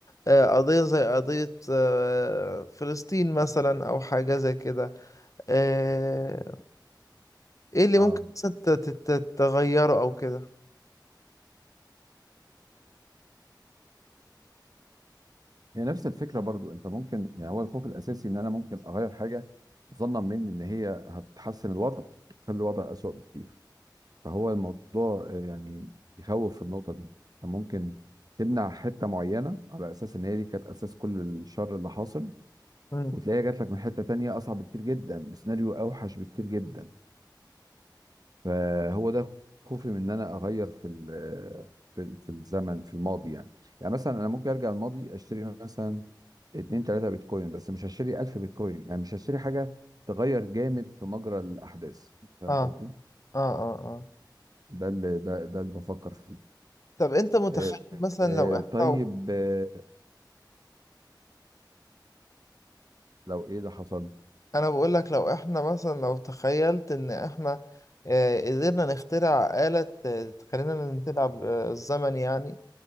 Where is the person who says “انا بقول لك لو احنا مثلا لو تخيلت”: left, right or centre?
Left